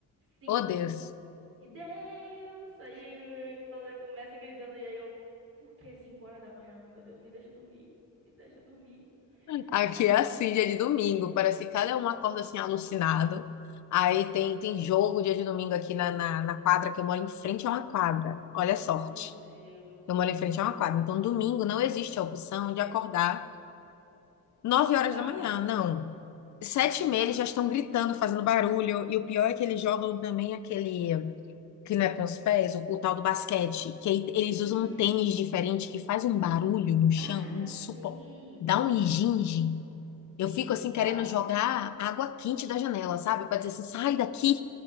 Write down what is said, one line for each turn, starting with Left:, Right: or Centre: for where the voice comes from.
Right: Sim.
Left: Oh, Deus.
Right: E Deus! Aí ela começa gritando, e aí eu, por que 5 horas da manhã? Meu Deus, me deixa dormir, me deixa dormir. É,
Left: Aqui
Right: é,
Left: é assim,
Right: é.
Left: dia de domingo. Parece que cada um acorda assim, alucinado. Aí tem, tem jogo dia de domingo aqui na, na, na quadra, que eu moro em frente a uma quadra. Olha a sorte.
Right: Meu Deus,
Left: Eu moro em frente a uma quadra. Então, domingo não existe a opção de acordar nove horas
Right: tarde.
Left: da manhã. Não. Sete e meia
Right: Ah,
Left: eles já estão gritando, fazendo barulho. E o pior é que eles jogam também aquele. que não é com
Right: hum.
Left: os pés, o, o tal do basquete, que aí eles
Right: Hum.
Left: usam um tênis diferente que faz um barulho no chão,
Right: Ah, já
Left: insuportável.
Right: sei.
Left: Dá um ginge. Eu
Right: Sim,
Left: fico assim
Right: dá.
Left: querendo jogar água quente da janela, sabe? Pra dizer assim, sai daqui,